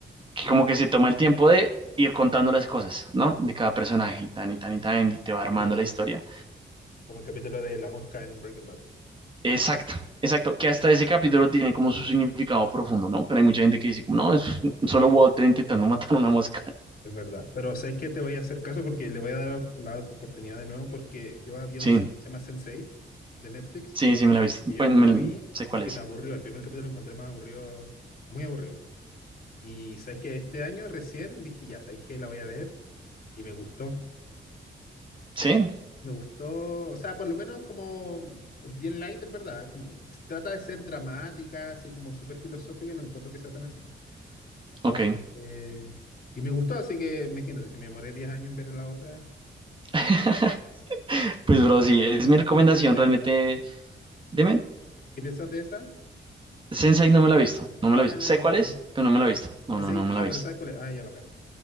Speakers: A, on the left; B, on the right.
A: sí.
B: que como que se toma el tiempo de ir contando las cosas, ¿no? De cada personaje, y tan y tan
A: Sí.
B: y tan, y te
A: Capítulo
B: va armando
A: del-
B: la historia.
A: como el capítulo de la mosca en Breaking Bad.
B: Exacto, exacto, que hasta ese capítulo tiene como su significado profundo, ¿no? Pero hay mucha gente que dice, como, no, es solo Walter intentando <laughs> matar a una mosca.
A: Es verdad. Pero ¿sabes qué? Te voy a hacer caso porque le voy a dar la oportunidad de nuevo porque yo había
B: Sí,
A: una serie que se llama sense Eight de Netflix
B: sí, sí, me la viste.
A: Y
B: Pues
A: yo nunca
B: me-
A: la vi
B: sé cuál
A: porque
B: es.
A: me aburrió. El primer capítulo lo encontré más aburrido, muy aburrido. Y sabéis que este año recién dije, ya, sabéis que la voy a ver. Y me gustó.
B: Sí,
A: Me gustó, o sea, por lo menos como bien light en verdad. Como, trata de ser dramática, así como súper filosófica, y no encuentro que sea tan así.
B: ok.
A: Eh, eh, y me gustó, así que imagínate, si me demoré 10 años en ver la otra.
B: <laughs> Pues, bro, sí, es mi
A: ¿Tú
B: recomendación
A: qué pensáis de
B: realmente.
A: esa?
B: Deme,
A: ¿Qué pensás de esa?
B: Sensei no me la he visto, no me la he
A: Ah,
B: visto.
A: no
B: Sé
A: leíste.
B: cuál es, pero no me la he visto. No,
A: Ese-
B: no, no me la
A: Ah,
B: he
A: pero
B: visto.
A: ¿sabes cuál es? Ah, ya, bacán.